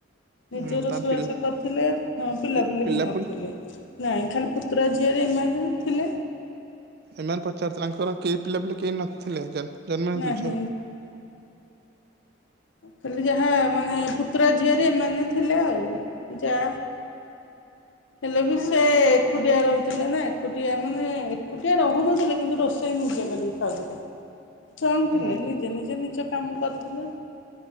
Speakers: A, on the left; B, on the right.
A: ନିଜେ
B: ଉଁ
A: ରୋଷେଇବାସ
B: ତାଙ୍କ ପିଲା
A: କରୁଥିଲେ ହ ପିଲାପିଲି
B: ପି ପିଲାପୁଲି
A: ବି ନଥିଲେ। ଖାଲି ପୁତୁରା ଝିଅରି ଏମାନେ ଥିଲେ।
B: ଏମାନେ ପଚାରୁ ଥିଲେ। ଆଙ୍କର କେହି ପିଲା ପିଲି କେହି ନ ଥିଲେ ଜନ୍ ହେଇନଥିଲେ
A: ନାହଁ।
B: ଛୁଆରୁ?
A: ଖାଲି ଯାହା ମାନେ ପୁତୁରା ଝିଆରି ଏମାନେ ଥିଲେ ଆଉ ଯା ହେଲେ ବି ସେ ଏକୁଟିଆ ରହୁଥିଲେ ନା ଏକୁଟିଆ ମାନେ ଏକୁଟିଆ ରହୁନଥିଲେ କିନ୍ତୁ ରୋଷେ ରୋଷେଇ ନିଜେ କରି ଖାଉଥିଲେ। ଷ୍ଟ୍ରଙ୍ଗ ଥିଲେ
B: ଓହୋ
A: ନିଜେ ନିଜେ ନିଜ କାମ କରୁଥିଲେ।